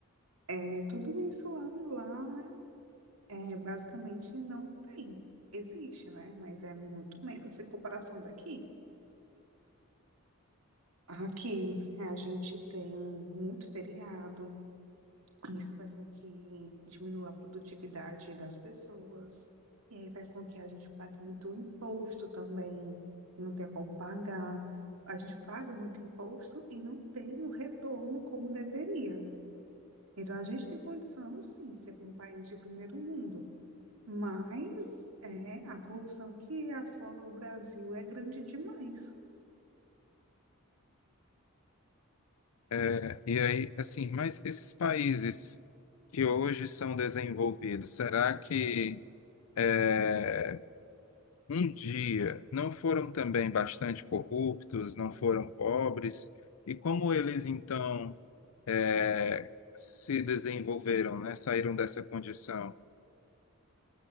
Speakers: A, on the right; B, on the left.
A: É, tudo isso lá, lá É, basicamente não tem. Existe, né? Mas é muito menos em comparação daqui. Aqui a gente tem muito feriado, isso faz com que diminua a produtividade das pessoas, e aí faz com que a gente pague muito imposto também, e não tem como pagar. A gente paga muito imposto e não tem o retorno como deveria. Então a gente tem condição, sim, de ser um país de primeiro mundo. Mas é, a corrupção que assola o Brasil é grande demais.
B: é, e aí, assim, mas esses países que hoje são desenvolvidos, será que é, um dia não foram também bastante corruptos, não foram pobres? E como eles então é, se desenvolveram, né? Saíram dessa condição?